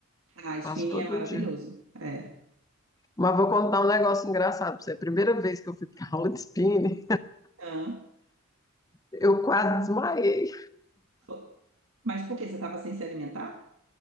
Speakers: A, on the right; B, on the left.
A: A spinning
B: Faço todo
A: é maravilhoso.
B: dia.
A: É.
B: Mas vou contar um negócio engraçado para você. A primeira vez que eu fui para aula de spinning,
A: Hã?
B: eu quase desmaiei.
A: Fo- Mas por que você estava sem se alimentar?